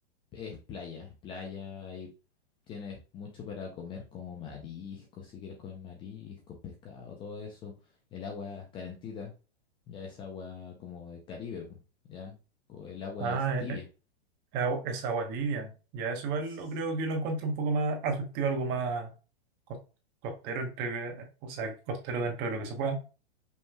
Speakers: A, on the left; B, on the right.
A: Es playa, es playa y tienes mucho para comer como mariscos, si quieres comer mariscos, pescado, todo eso. El agua es calentita, ya es agua como de Caribe, po, ya. co- El agua
B: Ah,
A: es tibia.
B: Es agua, es agua tibia. Ya eso igual
A: S-
B: lo creo que lo encuentro un poco más atractivo, algo más cos- costero entre, o sea, costero dentro de lo que se pueda.